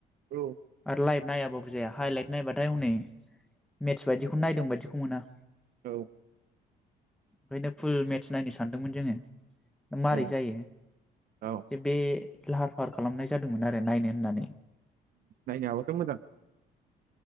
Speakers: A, on the right (about 60°); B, in the centre.
A: औ
B: आरो लाइभ नायाबाबो जाया हाइलाइट नायबाथाय हनै मेथ्स बायदिखौ बे नायदों बायदिखौ मोना
A: औ
B: ओंखायनो फुल मेटचस नायनो सानदोंमोन जोङो मारै
A: औ
B: जायो जे
A: औ
B: बे लाहार फाहार खालामनाय जादोंमोन आरो नायनो होननानै
A: नायनो हाबाथ' मोजां